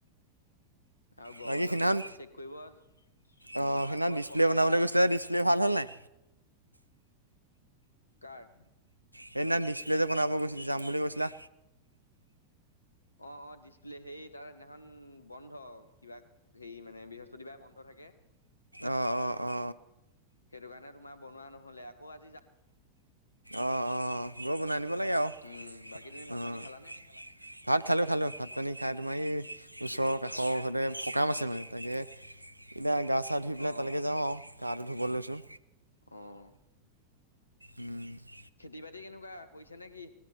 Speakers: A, on the left; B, on the right.
A: আৰু গৰম
B: বাকী
A: বন্ধ
B: সেইদিনাখন
A: খোলাৰ পিছত চেক কৰিব উম
B: অঁ
A: আমাৰ
B: সেইদিনাখন
A: ঘৰত
B: ডিছপ্লে
A: পঢ়াও
B: বনাবলৈ
A: হ'ল
B: গৈছিলে
A: দিয়া।
B: ডিছপ্লে ভাল হ'ল নাই?
A: কাৰ?
B: সেইদিনা ডিছপ্লে যে বনাব গৈছিল যাম বুলি কৈছিলা।
A: অ', অ', ডিচপ্লে সেই তাৰ সেইদিনাখন বন্ধ কিবা হেৰি মানে বৃহস্পতিবাৰে বন্ধ থাকে।
B: অ', অ', অ'।
A: সেইটো কাৰণে তোমাৰ বনোৱা নহ'লে আকৌ আজি যাম।
B: অ', অ', গৈ বনাই আনিব লাগে আৰু।
A: উম বাকী তুমি ভাত
B: অঁ
A: পানী খালানে?
B: ভাত খালোঁ খালোঁ ভাত পানী খাই তোমাৰ এই ওচৰৰ
A: উম
B: কাষৰ ঘৰতে সকাম আছে মানে। তাকে এতিয়া গা চা ধুই পেলাই
A: অ
B: তালৈকে যাওঁ আৰু গাটো ধুব লৈছোঁ।
A: অহ
B: উম <inaudible>
A: খেতি বাতি কেনেকুৱা কৰিছে নে কি